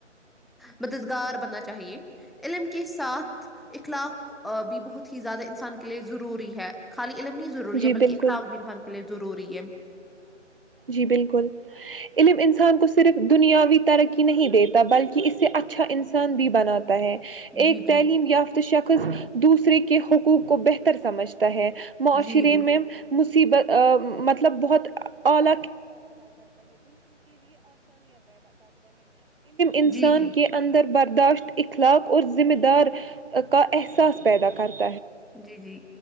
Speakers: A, in the centre; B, on the right.
A: مددگار بننا چاہیے علم کے ساتھ اخلاق بھی بہت ہی زیادہ انسان کے لیے ضروری ہے خالی علم نہیں ضروری
B: جی
A: ہے بلکہ
B: بالکل
A: اخلاق بھی انسان کے لی ضروری ہے
B: جی بالکل علم انسان کو صرف دنیاوی ترقی نہیں دیتا بلکہ اسے اچھا انسان بھی بناتا ہے ایک
A: جی
B: تعلیم
A: جی
B: یافت شخص دوسرے کی کے حقوق کو بہتر سمجھتا ہے معاشرے
A: جی بالکل
B: میں مصیبت مطلب بہت <unintelligible> <unintelligible> علم انسان
A: جی جی
B: کے اندر بر داشت اخلاق اور ذمہ دار کا احساس پیدا کرتا <unintelligible>
A: جی جی